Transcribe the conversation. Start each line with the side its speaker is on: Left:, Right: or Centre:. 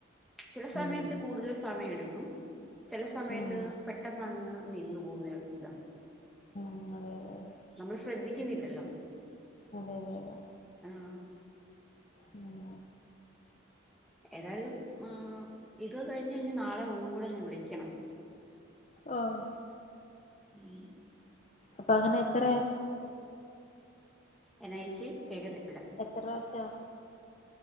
Centre: ചില സമയത്ത്
Left: ഉം
Centre: കൂടുതൽ സമയം എടുക്ക് <unintelligible> ചെല സമയത്ത്
Left: ഉം
Centre: പെട്ടെന്ന് അങ്ങ് നിന്നു പോന്ന താ
Left: ഉം അതെ അതെതെ
Centre: നമ്മൾ ശ്രദ്ധിക്കുന്നില്ലല്ലോ
Left: അതെ അതെ അതെ
Centre: ആഹ്
Left: ഉം
Centre: ഏതാലും ആഹ് ഇത് കഴിഞ്ഞയിഞ്ഞ നാളെ ഒന്നും കൂടെ ഞാൻ വിളിക്കണം
Left: അഹ്
Centre: മ്മ്
Left: അപ്പൊ അങ്ങനെ എത്ര
Centre: എന്നയെച്ചി കെക്ക
Left: എത്രശ് <unintelligible>